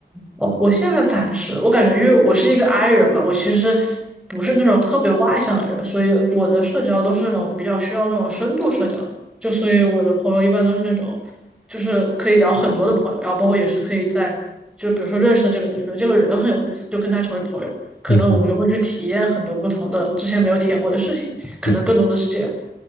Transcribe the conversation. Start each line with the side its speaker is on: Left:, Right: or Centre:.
Centre: 我我现在暂时，我感觉因为我是一个 I 人嘛，我其实不是那种特别外向的人，所以我的社交都是那种比较需要那种深度社交的，就所以我的朋友一般都是那种，就是可以聊很多的朋友，然后包括也是可以在，就比如说认识这个人，觉得这个人很有意思，就跟他成为朋友，可能我们就会去体验很多不同的之前没有体验过的事情，
Left: 嗯哼。
Centre: 可能更多的是这样。
Left: 嗯